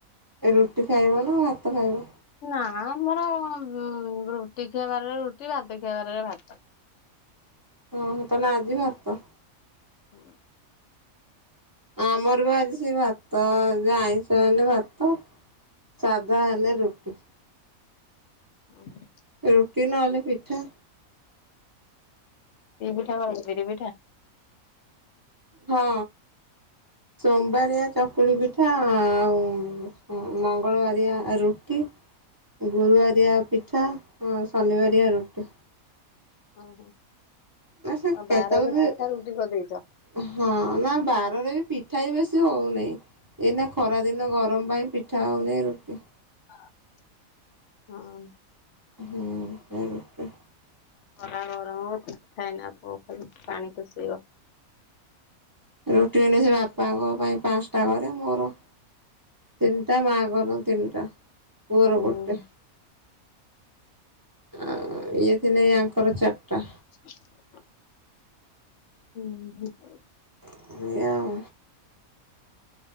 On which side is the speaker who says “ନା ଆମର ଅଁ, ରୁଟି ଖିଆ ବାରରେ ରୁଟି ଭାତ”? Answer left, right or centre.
Left